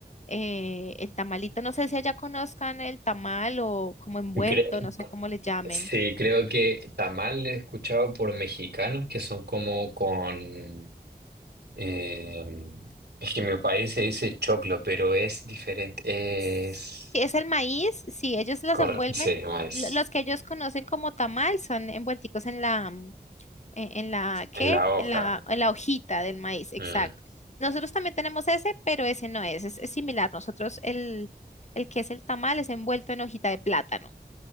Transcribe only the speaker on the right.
Cre-
sí, creo que tamal he escuchado por mexicanos que son como con... eh, es que en mi país se dice choclo, pero es diferente.
Es...
cor-
sí, no es.
Es la
hoja.
Mm.